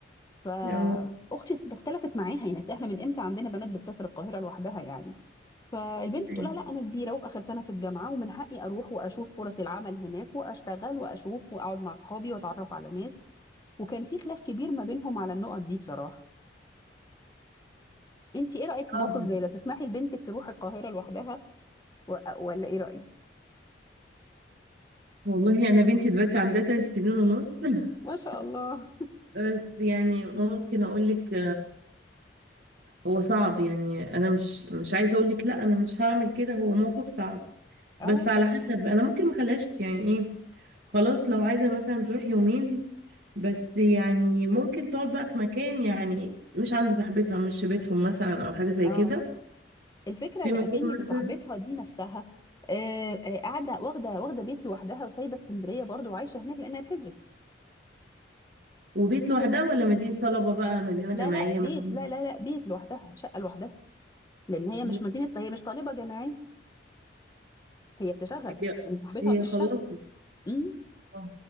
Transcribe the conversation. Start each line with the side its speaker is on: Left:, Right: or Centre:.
Left: فاختي
Right: اه
Left: اختلفت معاها يعني احنا من امتى عندنا بنات بتسافر القاهره لوحدها يعني فالبنت
Right: أيوة.
Left: بتقول لها لا انا كبيره وفي اخر سنه في الجامعه ومن حقي اروح واشوف فرص العمل هناك واشتغل واشوف واقعد مع اصحابي واتعرف على ناس وكان في خلاف كبير ما بينهم على النقط دي بصراحه انت ايه رايك في
Right: اه
Left: موقف زي ده تسمحي لبنتك تروح القاهره لوحدها و... ولا ايه رايك
Right: والله انا بنتي دلوقتي عندها تلات سنين ونص <laughs>
Left: ما شاء الله
Right: بس يعني ممكن اقول لك هو صعب يعني انا مش مش عايزه اقول لك لا انا مش هعمل كده هو موقف صعب
Left: <laughs>
Right: بس
Left: اه
Right: على حسب انا ممكن ما اخليهاش يعني ايه خلاص لو عايزه مثلا تروح يومين بس يعني ممكن تقعد بقى في مكان يعني مش عند صاحبتها مش في بيتهم مثلا او حاجه زي
Left: اه
Right: كده
Left: الفكره
Right: في
Left: يا
Right: مكان
Left: اماني ان
Right: مثلا
Left: صاحبتها دي نفسها آه، آه، قاعده واخده واخده بيت لوحدها وسايبه اسكندريه برضو وعايشه هناك لانها بتدرس
Right: وبيت لوحدها ولا مدينه طلبه بقى مدينه
Left: لا
Right: جامعيه
Left: لا بيت
Right: مع مين؟
Left: لا لا لا بيت لوحدها شقه لوحدها لان هي
Right: لا
Left: مش مدينه هي مش طالبه جامعيه هي بتشتغل
Right: هي
Left: يعني صاحبتها
Right: هي
Left: بتشتغل
Right: خلصت
Left: امم
Right: آه،